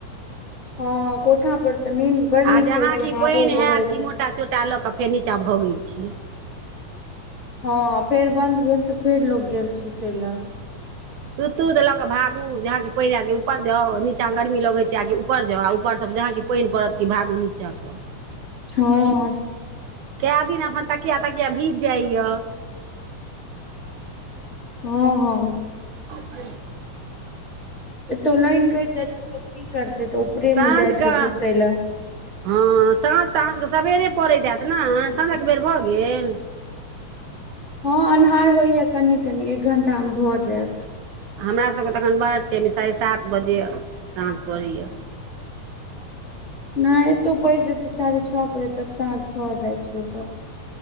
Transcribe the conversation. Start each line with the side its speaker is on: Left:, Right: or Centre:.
Left: हँ कोठा पर तऽ नींद बड़ नीक
Right: आ जहाँ
Left: होइ
Right: कि
Left: छै हावो
Right: पानि
Left: बहइ
Right: हैत कि
Left: छै
Right: मोटा चोटा लऽ कऽ फेर निचाँ भोगै छी
Left: हँ फेर बंन्द भेल तऽ फेर लोग गेल सुतय ले
Right: तुतु देेलक भागू जहाँ कि पाइन आयत कि ऊपर जाउ निचाँ गर्मी लगै छै आ कि ऊपर जाउ आर उपर सँ जहाँ कि पाइन पड़त कि भागू निचाँके
Left: हँ
Right: केए दिन अपन तकिया तकिया भीज जाइया
Left: ह ह
Right: <inaudible>
Left: एतो लाइन कटि जाइ छै त की करतै तऽ ऊपरे
Right: साँझ
Left: मे जाइ
Right: कऽ
Left: छी सुते लऽ
Right: हँ साँझ तऽ अहाँ सभके सबेरे पड़ैत आयत ने साँझक बेर भऽ गेल
Left: हँ अन्हार होइए कनि कनि एक घण्टामे भऽ जायत
Right: हमरा सभके तऽएखन बड टेम साढ़े सात बजे साँझ पड़ैए
Left: नहि एतौ पड़ि जेतै साढ़े छओ बजे तक साँझ भऽ जाइ छै एतऽ